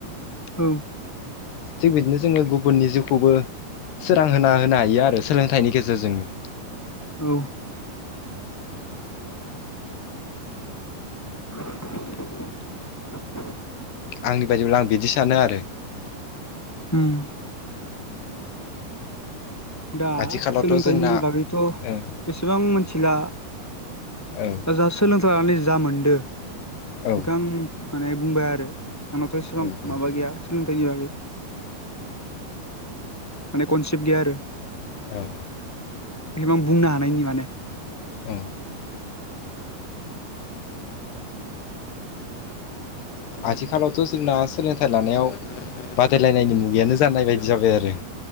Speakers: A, in the centre; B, on the left.
A: औ
B: थिक बिदिनो जोङो गुबुननि जिउखौबो सोरां होना होनो हायो आरो सोलोंथाइनि गेजेरजोंनो
A: औ <inaudible>
B: आंनि बायदिब्ला आं बिदि सानो आरो
A: उम दा
B: आथिखालावथ'
A: सोलोंथाइनि
B: जोंना
A: बागैथ'
B: ओं
A: बेसेबां मिथिला
B: औ
A: दा जा सोलोंथाइ लानानै जा मोनदों नोंथां
B: औ
A: माने बुंबाय आरो आंनावथ' एसेबां
B: औ
A: माबा गैया सोलोंथाइनि बागै माने कनसेप्ट गैया आरो
B: औ
A: बेसेबां बुंनो हानायनि माने
B: औ आथिखालावथ' जोंना सोलोंथाइ लानायाव बादायलायनायनि मुगायानो जानाय बायदि जाबाय आरो